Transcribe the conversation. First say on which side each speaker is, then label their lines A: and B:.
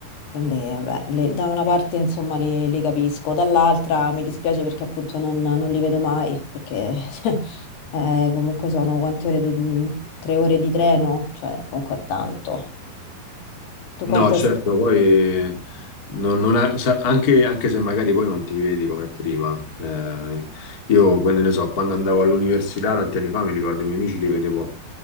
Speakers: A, on the left; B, on the left.
A: Quindi, vabbè, le- da una parte insomma li, li capisco, dall'altra mi dispiace perché appunto non, non li vedo mai, perché <laughs> eh, comunque sono quante ore di, tre ore di treno, cioè comunque è tanto. Tu
B: No,
A: quante...
B: certo, poi non- non ha- sa- anche, anche se magari poi non ti vedi come prima. eh, io, quando ne so, quando andavo all'università tanti anni fa, mi ricordo i miei amici li vedevo